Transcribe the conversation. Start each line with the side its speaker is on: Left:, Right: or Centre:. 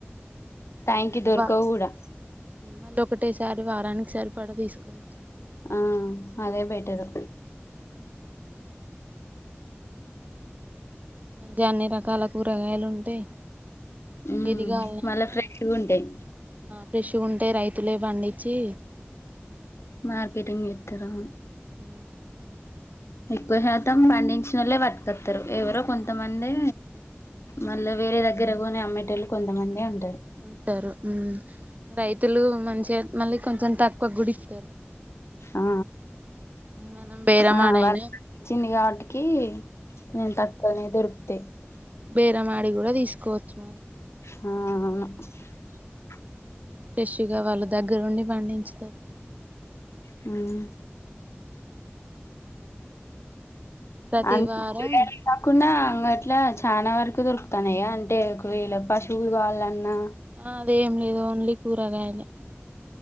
Left: కయికి దొరక
Right: వా
Left: కూడాడా
Right: మళ్ళీ ఒకటేసారి వారానికిసారి పడ తీసుకోవచ్చు
Left: ఆ అదే బెటరు
Right: అంటే అన్ని రకాల కూరగాయలు ఉంటాయి
Left: ఉమ్
Right: ఎది కావాలన్నా
Left: మళ్ళా ఫ్రెష్గా
Right: మనం
Left: ఉంటాయి
Right: ఫెష్గా ఉ అంటే రైతులే పండించి
Left: మార్కెటింగ్ ఎతురా
Right: ఉ
Left: ఎక్కువ శాతం పండించిన వాళ్ళే పట్కొస్తారు ఎవరో కొంతమంది మళ్ల వేరే దగ్గర అమ్మటలు కొంతమంది ఉ
Right: ఉంటారు ఉ రైతులు మంచిగా మళ్ళీ కొంచెం తక్కువ గుడి ఇస్తారు
Left: ఆ
Right: మనం బేరమాడైనా
Left: ఆ వాళ్ళ ఇచ్చింది కాబటికి కొేను తక్కువనే దొరుకు ంట
Right: బేర మాడి కూడా తీసుకు కోచ్మ
Left: ఆ
Right: ఫ్రెష్గా వాళ్ళు దగ్గరుండి పండించుతారు
Left: హ్మ్
Right: ప్రతి
Left: అనుకున్న
Right: వారం
Left: మా ఇట్ల చాలా వరకు దొరుకుతాన్నాయా అంటే ఒక వేళ పశువులు కాలన్నా
Right: ఆ అదే ఏం లేదు ఓన్లీ కూరగాయాల